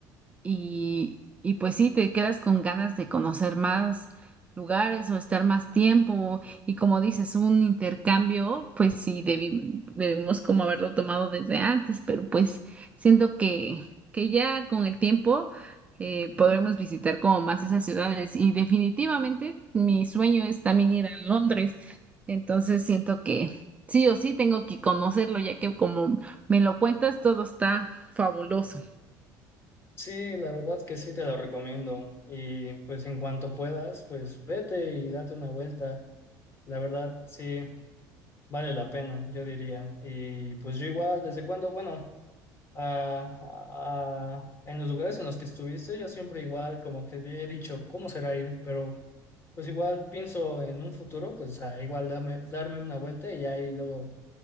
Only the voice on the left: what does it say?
Sí, la verdad que sí te lo recomiendo. Y pues en cuanto puedas, pues vete y date una vuelta. La verdad, sí, Vale la pena, yo diría. Y pues yo igual, desde cuando, bueno, ah, ah, en los lugares en los que estuviste, yo siempre igual como que he dicho, ¿cómo será ir? Pero pues igual pienso en un futuro, pues ah, igual dame- darme una vuelta y ahí luego